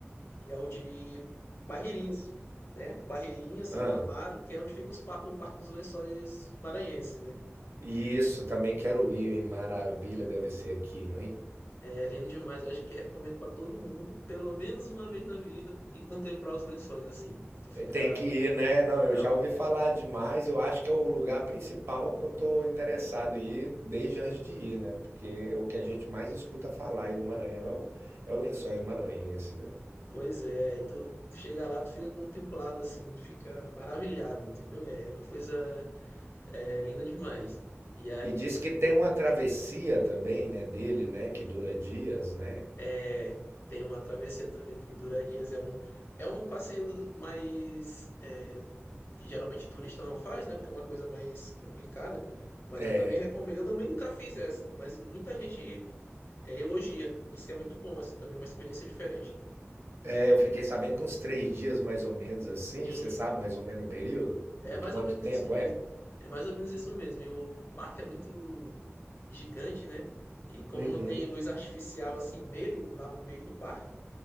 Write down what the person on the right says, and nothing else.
ah,
e isso, também quero ir, hein? Maravilha deve ser aquilo, hein?
Tem que ir, né? Não,
eu já ouvi falar demais. Eu acho que é o lugar principal que eu tô interessado em ir desde antes de ir, né? Porque o que a gente mais escuta falar aí do Maranhão é o Lençóis Maranhense, velho.
E diz que tem uma travessia também, né, dele, né, que dura dias, né?
É,
é, eu fiquei sabendo que uns três dias mais ou menos assim.
Você sabe mais ou menos o período?
O
quanto
tempo
é?
Uhum.